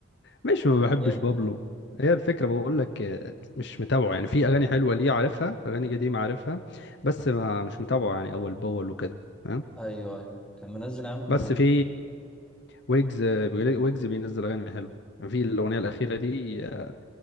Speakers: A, on the left; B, in the centre.
A: مش ما بحبش
B: جامد
A: بابلو
B: يعني
A: هي الفكره بقول لك آه، مش متابعه يعني في اغاني حلوه ليه عارفها اغاني قديمه عارفها بس ما مش متابعه يعني اول باول وكده فاهم
B: ايوه ايوه كان منزل يا عم
A: بس في ويجز آه، بيقول- ويجز بينزل اغاني حلوه في الاغنيه الاخيره دي آه،